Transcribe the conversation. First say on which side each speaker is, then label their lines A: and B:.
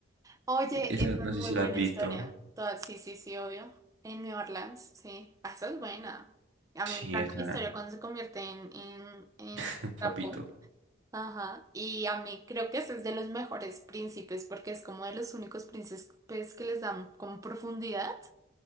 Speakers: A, on the right; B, on the right.
A: Oye,
B: E- Esa
A: esa
B: no
A: es muy
B: sé si
A: buena
B: la has
A: historia.
B: visto.
A: Toda- Sí, sí, sí, obvio. En New Orleans, sí. Ah, Esa es buena. A
B: Sí,
A: mí me encanta
B: esa,
A: la historia cuando se convierte en, en, en
B: <laughs>
A: trapo.
B: papito.
A: Ajá. Y a mí creo que ese es de los mejores príncipes porque es como de los únicos príncipes que les dan como profundidad,